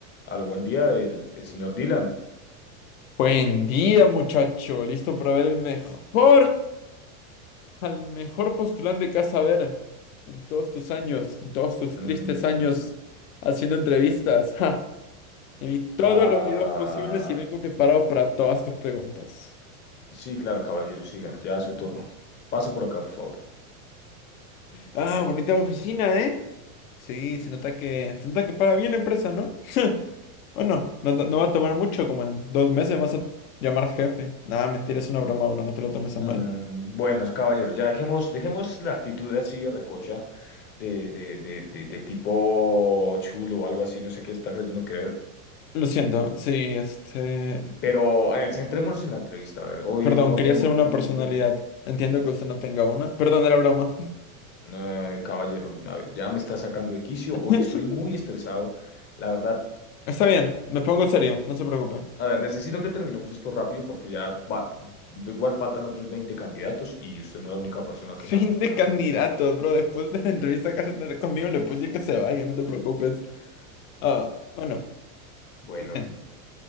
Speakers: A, on the left; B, on the left.
A: A lo buen día, el, el señor Dylan.
B: Buen día, muchacho. ¿Listo para ver el mejor, al mejor postulante que vas a ver en todos tus años, en todos tus
A: Mm,
B: tristes años haciendo entrevistas? Ja, me vi todos
A: ah,
B: los videos posibles y vengo preparado para todas tus preguntas.
A: sí, claro, caballero, siga, ya es su turno. Pase por acá, por favor.
B: Ah, bonita oficina, ¿eh? Sí, se nota que, se nota que paga bien la empresa, ¿no? Bueno, no,
A: Ah,
B: no no va a tomar mucho, como en dos meses vas a llamar jefe. Nada, mentira, es una broma, bro, no te lo tomes a
A: Mm,
B: mal.
A: buenos caballeros, ya dejemos, dejemos la actitud así de recocha, de, de, de, de, de tipo chulo o algo así, no sé qué está creyendo creer.
B: Lo siento, sí, este...
A: Pero eh, centrémonos en la entrevista, a ver, hoy
B: Perdón,
A: no
B: quería
A: tengo
B: ser
A: muy
B: una personalidad.
A: buena.
B: Entiendo que usted no tenga una. Perdón, era broma.
A: Eh, caballero, a ver, ya me está sacando de quicio, hoy
B: <laughs>
A: estoy muy estresado, la verdad.
B: Está bien, me pongo serio, no se preocupe.
A: A ver, necesito que terminemos esto rápido porque ya va- igual faltan otros 20 candidatos y usted no es la única persona
B: <laughs>
A: que
B: Fin
A: se ha postulado
B: de candidatos,
A: hoy.
B: bro. Después de la entrevista que vas a tener conmigo, le puedo decir que se vaya, no te preocupes. Ah, bueno,
A: Bueno,
B: no sé.